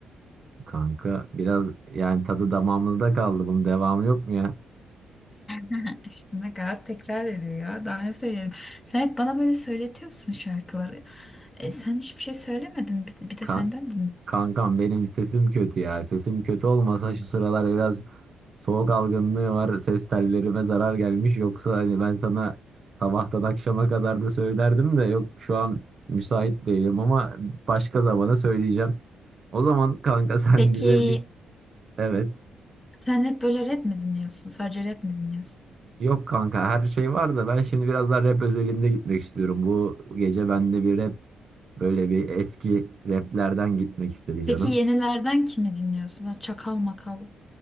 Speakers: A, on the right; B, on the left.
A: Kanka biraz yani tadı damağımızda kaldı. Bunun devamı yok mu ya?
B: <laughs> İşte ne kadar tekrar ediyor ya daha ne söyleyelim. Sen hep bana böyle söyletiyorsun şarkıları. E, sen hiçbir şey söylemedin bir, bir de
A: Kan
B: senden dinle.
A: kankam benim sesim kötü ya. Sesim kötü olmasa şu sıralar biraz soğuk algınlığı var. Ses tellerime zarar gelmiş. Yoksa hani ben sana sabahtan akşama kadar da söylerdim de yok şu an müsait değilim ama başka zamana söyleyeceğim. O zaman kanka <laughs> sen
B: Peki
A: bize bir evet.
B: sen hep böyle rap mi dinliyorsun? Sadece rap mi dinliyorsun?
A: Yok kanka her şey var da ben şimdi biraz daha rap özelinde gitmek istiyorum. Bu gece bende bir rap böyle bir eski raplerden gitmek istedi canım.
B: Peki yenilerden kimi dinliyorsun? Ha, Çakal makal.